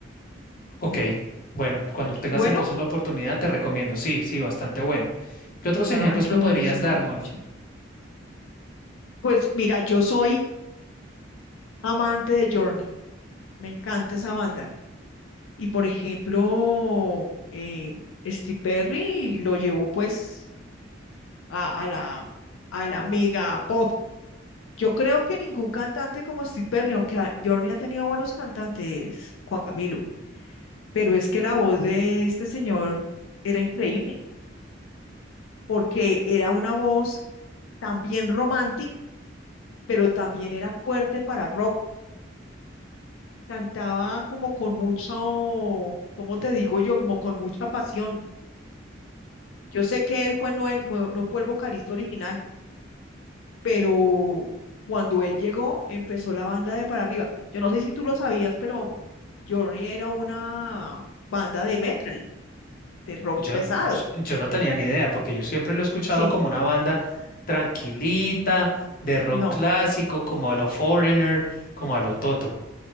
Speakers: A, on the left (about 45°); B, on the left (about 80°).
A: Ok,
B: no.
A: bueno, cuando tengas
B: Bueno,
A: entonces la oportunidad te recomiendo. Sí, sí, bastante bueno. ¿Qué otros
B: ay,
A: ejemplos
B: qué
A: me
B: bueno,
A: podrías
B: sin
A: dar,
B: Lugar.
A: Moni?
B: a dudas. Pues mira, yo soy amante de Journey, me encanta esa banda. Y por ejemplo, eh, Steve Perry lo llevó pues a, a la, a la mega pop. Yo creo que ningún cantante como Steve Perry, aunque a- Journey ha tenido buenos cantantes, Juan Camilo, pero es que la voz de este señor era increíble, porque era una voz también romántica, pero también era fuerte para rock. Cantaba como con mucho, ¿cómo te digo yo? Como con mucha pasión. Yo sé que él fue, no, el, no no fue el vocalista original, pero cuando él llegó, empezó la banda de para arriba. Yo no sé si tú lo sabías, pero Journey era una banda de metal, de rock
A: Yo,
B: pesado,
A: yo, yo no tenía ni idea, porque yo siempre lo he escuchado
B: ¿sí?
A: como una banda tranquilita, de rock
B: No,
A: clásico, como a lo Foreigner, como a lo Toto.